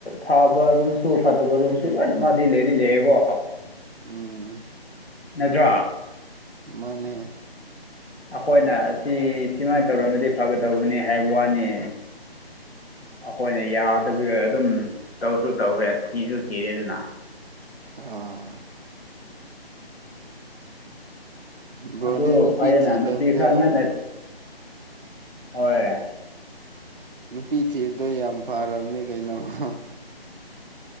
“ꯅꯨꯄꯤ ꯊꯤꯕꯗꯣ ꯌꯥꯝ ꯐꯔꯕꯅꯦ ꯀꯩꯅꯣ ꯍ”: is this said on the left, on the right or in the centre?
Right